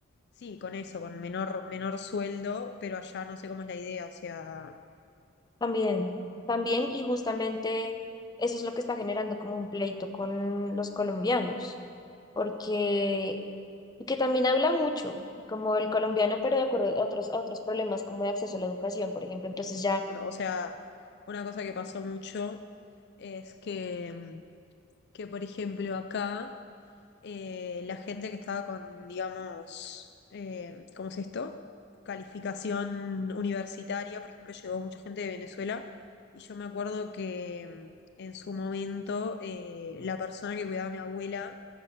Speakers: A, on the left; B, on the left.
A: sí, con eso, con menor, menor sueldo, pero allá no sé cómo es la idea, o sea,
B: También, también, y justamente eso es lo que está generando como un pleito con los colombianos, porque y que también habla mucho, como el colombiano, pero de acuerdo a otros, a otros problemas como de acceso a la educación, por ejemplo. Entonces ya,
A: O sea, una cosa que pasó mucho es que, que por ejemplo, acá eh, la gente que estaba con, digamos, eh, ¿cómo es esto? Calificación universitaria, por ejemplo, llegó mucha gente de Venezuela y yo me acuerdo que mm, en su momento eh, la persona que cuidaba a mi abuela